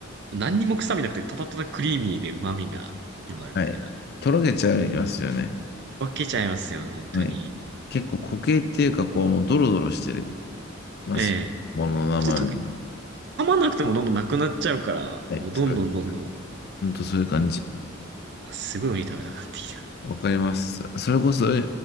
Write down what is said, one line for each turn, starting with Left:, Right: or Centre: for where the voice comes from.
Right: う、何にも臭みなくて、ただただクリーミーで旨味が広がるみたいな。
Left: はい。とろけちゃいますよね。
Right: 分けちゃいますよね、本当に。
Left: はい。結構固形っていうか、こう、もうドロドロしてますよ。
Right: ええ。
Left: ものの名前が。
Right: 普通に溶け、噛まなくてもどんどんなくなっちゃうから、
Left: はい。
Right: もうどんどんどんどん、
Left: そうです。本当そういう感じ。
Right: あすごいウニ食べたくなってきた。
Left: わかります。それこそ、